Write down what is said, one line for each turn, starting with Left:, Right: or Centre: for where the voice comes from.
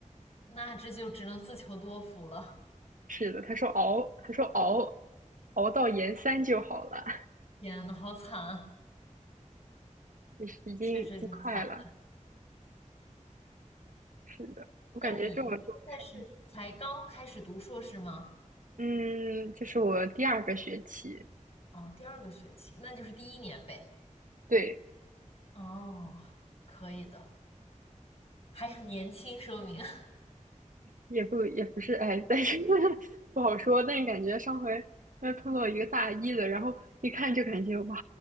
Left: 那这就只能自求多福了。
Right: 是的，他说熬，他说熬，熬到研三就好了，
Left: 天呐，好惨啊，
Right: <laughs> 就是已经已经快了。
Left: 确实挺惨的。
Right: 是的，我感觉这种就看运气
Left: 那你你现在是才刚开始读硕士吗？
Right: 嗯，这是我第二个学期，
Left: 哦，第二个学期，那就是第一年呗。
Right: 对，
Left: 哦，可以的，还很年轻，说明。
Right: 也不也不是，哎，但是 <laughs> 不好说。但是感觉上回因为碰到一个大一的，然后一看就感觉哇，